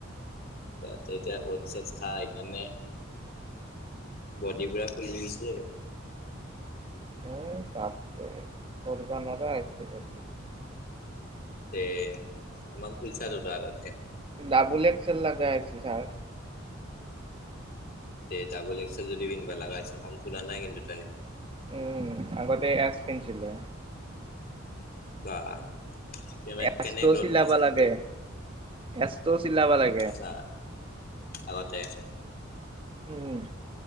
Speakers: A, on the left; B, on the right.
A: তাতে এতিয়া অটচ-চটচ খাই সেইকাৰণে বডী পুৰা ফুলি গৈছে আৰু।
B: <unintelligible>
A: তে-তামাম ফুলচা তো তই আগত কে।
B: ডাবুল এক্সেল লাগা আছে ছাৰ।
A: তে, ডাবুল এক্সেল যদি পিন্ধবা লাগা হৈছে, কম ফুলা নাই, কিন্তু তই।
B: উম, আগতে এক্স পিন্ধছিলা।
A: বা কেনে
B: <unintelligible>
A: কেনে গ্ৰ'থ
B: চিলাবা
A: দিছা
B: লাগে। এচটোও চিলাবা লাগে।
A: বা, আগতে
B: উম।